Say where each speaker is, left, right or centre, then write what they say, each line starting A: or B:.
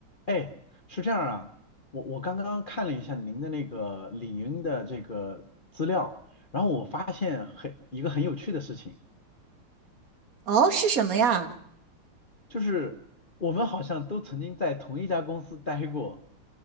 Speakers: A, on the left; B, on the right.
A: 哎，是这样啊，我我刚刚看了一下您的那个领英的这个资料，然后我发现很一个很有趣的事情，
B: 哦，是什么呀？
A: 就是我们好像都曾经在同一家公司待过。